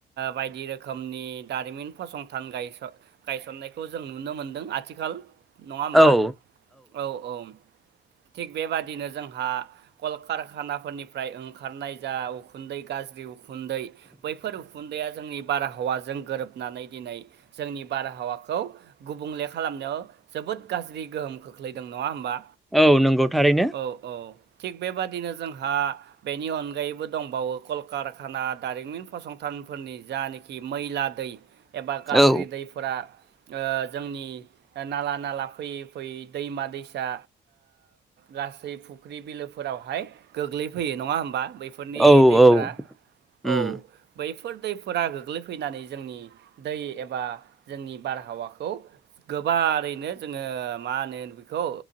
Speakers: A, on the right (about 60°); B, in the centre.
A: बायदि रोखोमनि दारिमिन फसंथान गायस' गायसननायखौ जों नुनो मोनदों आथिखाल नङा होमबा
B: औ
A: औ औ। थिग बेबादिनो जोंहा कलकारखानाफोरनिफ्राय ओंखारनाय जा उखुन्दै गाज्रि उखुन्दै बैफोर उखुन्दैआ जोंनि बारहावाजों गोरोबनानै दिनै जोंनि बारहावाखौ गुबुंले खालामनायाव जोबोद गाज्रि गोहोम खो खोख्लैदों नङा होमबा
B: औ नंगौ थारैनो
A: औ औ थिग बेबादिनो जोंहा बेनि अनगायैबो दंबावो कलकारखाना दारिमिन फसंथानफोरनि जानखि आरोखि मैला दै एबा गाज्रि
B: औ
A: दैफोरा जोंनि नाला नाला फैयै फैयै दैमा-दैसा गासै फुख्रि बिलोफोरावहाय गोग्लैफैयो नङा होमबा बैफोरनि
B: औ
A: दैफोरा
B: औ उम
A: औ। बैफोर दैफोरा गोग्लैफैनानै जोंनि दै एबा जोंनि बारहावाखौ गोबारैनो जोङो मा होनो बेखौ